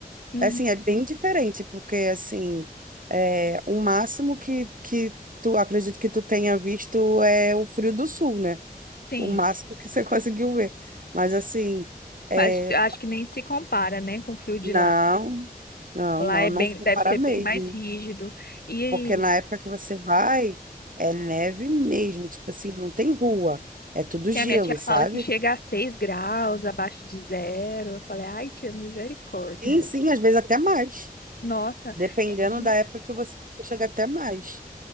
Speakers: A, on the left; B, on the right.
A: Uhum,
B: Assim, é bem diferente, porque, assim, é, o máximo que, que tu, acredito que tu tenha visto é o Frio do Sul, né?
A: Sim,
B: O máximo que você <laughs> conseguiu ver. Mas, assim, é,
A: mas acho que nem se compara, né, com o frio de
B: não,
A: lá.
B: não,
A: Lá
B: não,
A: é
B: não
A: bem,
B: se compara
A: deve ser
B: mesmo.
A: bem mais rígido. E.
B: Porque na época que você vai, é neve mesmo, tipo assim, não tem rua, é tudo gelo,
A: E a minha tia
B: sabe?
A: fala que chega a 6 graus abaixo de zero. Eu falei, ai, tia, misericórdia.
B: Sim, sim,
A: <laughs>
B: às vezes até mais.
A: Nossa,
B: Dependendo
A: é, sim,
B: da época que você chega até mais,